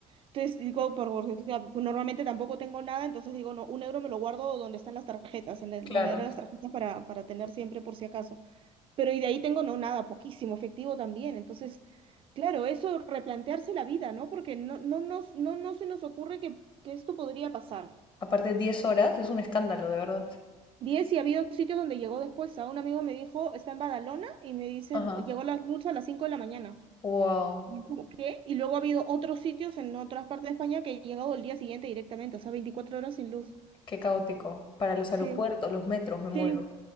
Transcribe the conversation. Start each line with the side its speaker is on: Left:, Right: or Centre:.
Right: Entonces digo, por gordura, pues normalmente tampoco tengo nada, entonces digo, no, un euro me lo guardo donde están las tarjetas, en el
Left: claro.
Right: monedero de las tarjetas para, para tener siempre por si acaso. Pero y de ahí tengo no nada, poquísimo, efectivo también. Entonces, claro, eso replantearse la vida, ¿no? Porque no, no, nos- no, no se nos ocurre que, que esto podría pasar.
Left: Aparte, 10 horas es un escándalo, de verdad.
Right: Diez y ha habido sitios donde llegó después. A un amigo me dijo, está en Badalona y me dice,
Left: Ajá.
Right: llegó la luz a las 5 de la mañana.
Left: Wow,
Right: Y yo como, ¿qué? Y luego ha habido otros sitios en otras partes de España que he llegado el día siguiente directamente, o sea, 24 horas sin luz.
Left: qué caótico. Para los
Right: Sí,
Left: aeropuertos, los metros, me muero.
Right: sí,